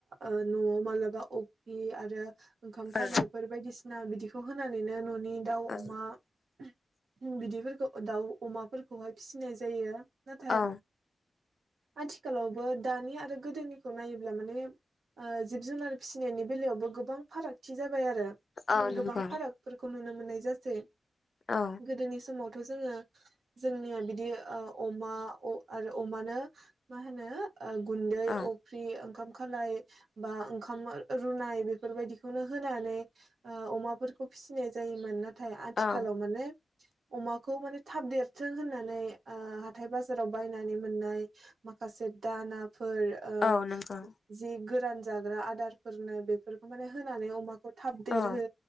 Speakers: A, on the right (about 80°); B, on the left (about 50°).
A: ओ नआव मालाबा अफ्रि आरो ओंखाम खालायफोर
B: औ
A: बायदिसि आ बिदिखौ होनानैनो मो नि दाउ
B: औ
A: अमा <unintelligible> बिदिफोरखौ दाउ अमाफोरखौहाय फिसिनाय जायो। नाथाइ
B: औ
A: आथिखालावबो दानि आरो गोदोनिखौ नायोब्ला माने ओ जिब-जुनार फिसिनायनि बेलायावबो गोबां फारागथि जाबाय आरो।
B: औ नंगौ
A: गोबां फारागफोरखौ नुनो मोननाय जासै।
B: औ
A: गोदोनि समाव। थ' जोङो जोंनिया बिदि ओ अमा अ आरो अमानो मा होनो ओ गुन्दै
B: औ
A: अफ्रि ओंखाम खालाय बा ओंखाम रुनाय बेफोरबायदिखौनो होनानै ओ अमाफोरखौ फिसिनाय जायोमोन ना नाथाय आथिखालाव
B: औ
A: माने अमाखौ माने थाब देरथों होननानै ओ हाथाइ बाजाराव बायनानै मोननाय माखासे दाना फोर ओ
B: औ नंगौ
A: जि गो गोरान जाग्रा आदारफोरनो बेफोरखौ माने होनानै अमाखौ थाब देरहो
B: औ